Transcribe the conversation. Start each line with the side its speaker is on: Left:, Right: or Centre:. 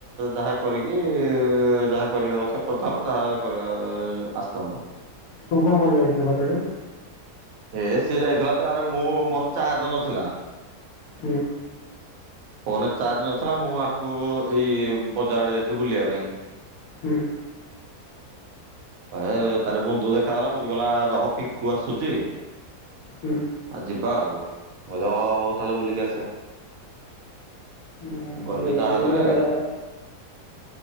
Right: ଯାହା କରିକି ଯାହା କରିବା କଥା କରିଥାନ୍ତ ଯାହା କରିବା ଆସିଥାନ୍ତ।
Left: ତୁ କଣ କରି ଯାଇଥିଲୁ କଲେଜକୁ?
Right: ଏ ସିଏ ଯାଇଥିଲା ଯେ ଆରେ ମୁଁ ମୋର ଚାର୍ଜ ନଥିଲା।
Left: ଉଁ
Right: ଫୋନ୍ ରେ ଚାର୍ଜ ନଥିଲା ମୁଁ ଆକୁ ଏଇ ବଜାର ଆଡ଼େ ଯାଇଥିଲି ବୁଲିବା ପାଇଁ।
Left: ହୁଁ।
Right: ପା ହେ ତାରେ ବନ୍ଧୁ ଦେଖାଗଲା। ବନ୍ଧୁ କହିଲା ରହ ପିଙ୍କୁ ଆସୁଚି
Left: ହୁଁ।
Right: ଆ ଯିବା ଆଉ। ମୁଁ କହିଲି ହଁ ହଉ ତାହେଲେ ବୁଲିକି ଆସିବା।
Left: ଓହୋ
Right: ଗଲି
Left: ଏଇଥିପାଇଁ
Right: ତା ହାତରେ।
Left: ମତେ ଲାଗିଲା